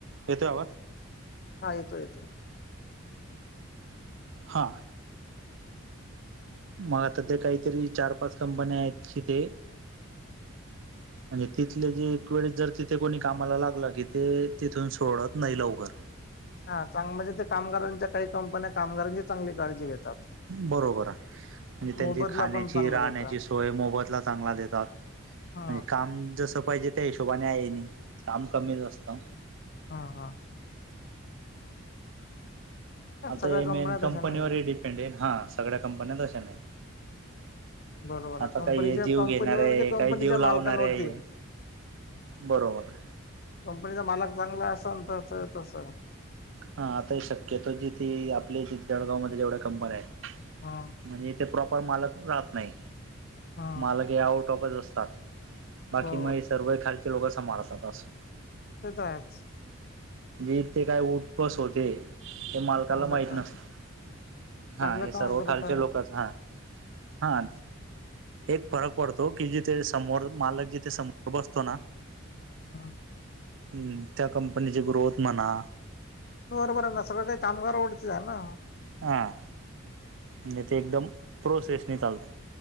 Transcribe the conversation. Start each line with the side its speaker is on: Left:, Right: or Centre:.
Right: येतोय आवाज.
Left: हा येतो येतो.
Right: हा. मग आता ते काहीतरी चार पाच कंपन्या आहेत तिथे. म्हणजे तिथले जे एक वेळेस जर तिथे कोणी कामाला लागलं की ते तिथून सोडत नाही लवकर.
Left: हा चांगलं जिथे कामगारांच्या काही कंपन्या कामगारांची चांगली काळजी घेतात.
Right: बरोबर आहे म्हणजे त्यांची
Left: मोबदला
Right: खाण्याची
Left: पण चांगला
Right: राहण्याची
Left: देतात
Right: सोय मोबतला चांगला देतात.
Left: हा
Right: म्हणजे काम जसं पाहिजे त्या हिशोबाने आहे नाही काम कमीच असतं.
Left: हा हा. हा
Right: आता
Left: सगळ्या
Right: हे
Left: कंपन्या
Right: मेन कंपनीवरही
Left: तशा नाही आहेत.
Right: डिपेंड आहे हा सगळ्या कंपन्या अशा नाही.
Left: बरोबर आहे
Right: आता काही
Left: कंपनीच्या
Right: हे जीव
Left: कंपनीवर
Right: घेणार आहे
Left: म्हणजे कंपनीच्या
Right: काही जीव लावणार
Left: मालकांवरती.
Right: आहे बरोबर आहे.
Left: कंपनीचा मालक चांगला असेल तर तसं
Right: हा आता हे शक्यतो जी ती आपले जळगाव मध्ये जेवढ्या कंपन्या आहेत.
Left: हा.
Right: म्हणजे इथे प्रॉपर मालक राहत नाही
Left: हा
Right: मालक हे आउट ऑफच असतात. बाकी
Left: हो
Right: मग हे सर्व खालचे लोक समारंभात असतात.
Left: तेे तर आहेच.
Right: इथे काय उटपस होते. हे मालकांना
Left: चांगलं
Right: माहित
Left: काम
Right: नसत हा
Left: चांगलं
Right: हे
Left: काम
Right: सर्व
Left: करत
Right: खालचे
Left: आहेत.
Right: लोकच हा. हा. एक फरक पडतो की जिथे समोर मालक जिथे समोर बसतो ना
Left: हा.
Right: हुं त्या कंपनीची ग्रोथ म्हणा.
Left: बरोबर आहे ना सगळं काही कामगर <unintelligible>
Right: हां म्हणजे ते एकदम प्रोसेसनी चालतं.